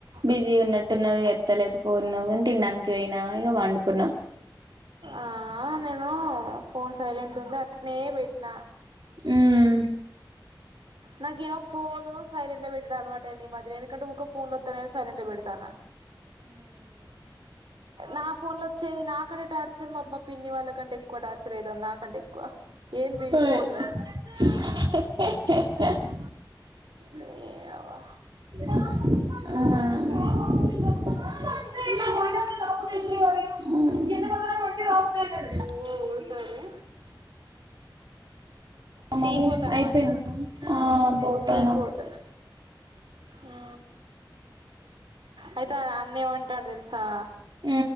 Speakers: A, on the right (about 65°); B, on the right (about 85°).
A: బిజీ ఉన్నట్టున్నవే ఎత్తలేదు ఫోన్ నువు తిన్డానికి పోయినా ఇక వండుకున్నాం
B: ఆ నేను ఫోన్ సైలెంట్ లొ ఉంది అట్నే పెట్న
A: మ్మ్
B: నాకేమో ఫోన్ సైలెంట్ లో పెటుడు అలవాటైన్ది ఈ మధ్య నా ఎందుకంటే ఊకె ఫోన్ లొతనాయి అని సైలెంట్ లో పెడతాన నా ఫోన్ లోచ్చేది నా కడే టార్ సార్ మాక్ మా అమ్మ పిన్ని వాళ్ళకంటే ఎక్కువ టార్చరయితన్ది నాకంటే ఎక్కువ ఏంది
A: వేవ్
B: ఈ ఫోన్లని
A: హే హే హే హ్
B: నీ అవా
A: ఆఅ మ్మ్ <inaudible> ఒకనే <unintelligible>
B: ఏవో ఒడతారే టి
A: మరి
B: కు పోతున్నా
A: అయిపోయిందా
B: వనె
A: ఆ పోతాను
B: టి కు పోతున్నా ఆ అయితే అన్న ఏమంటాడు తెలుసా
A: ఊ